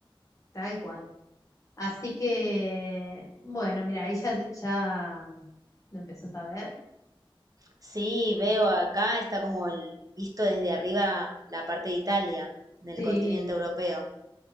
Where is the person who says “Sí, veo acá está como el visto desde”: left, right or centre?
Right